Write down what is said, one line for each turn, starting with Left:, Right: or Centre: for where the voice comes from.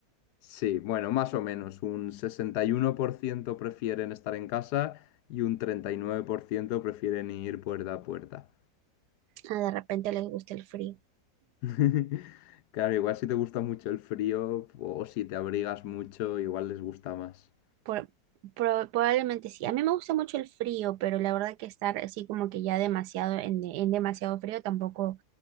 Left: Sí, bueno, más o menos. Un 61% prefieren estar en casa y un 39% prefieren ir puerta a puerta.
Right: Ah, de repente les gusta el frío.
Left: <laughs> Claro, igual si te gusta mucho el frío o si te abrigas mucho, igual les gusta más.
Right: Por- pro- probablemente sí. A mí me gusta mucho el frío, pero la verdad que estar así como que ya demasiado en, en demasiado frío tampoco,